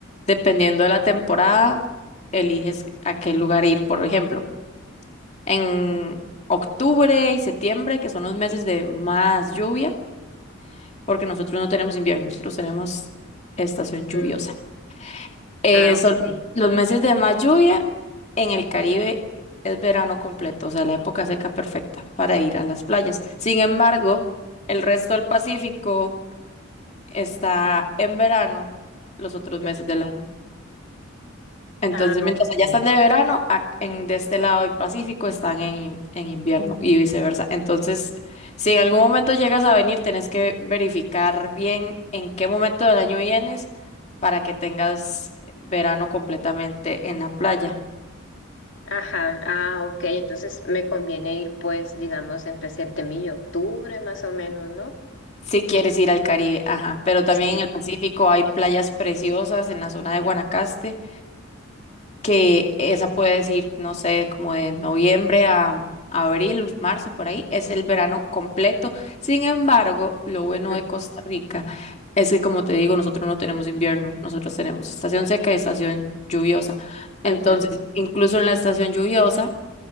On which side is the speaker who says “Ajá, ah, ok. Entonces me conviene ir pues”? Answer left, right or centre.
Left